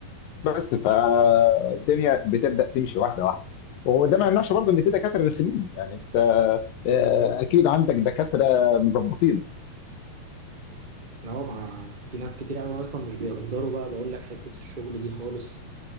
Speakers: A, on the left; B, on the right.
A: بس فالدنيا بتبدا تمشي واحده واحده وده ما يمنعش برضه ان في دكاتره رخمين يعني انت آه، اكيد عندك دكاتره مظبطينك
B: ان هو مع في ناس كتير قوي اصلا مش بيقدروا بقى بقول لك حته الشغل دي خالص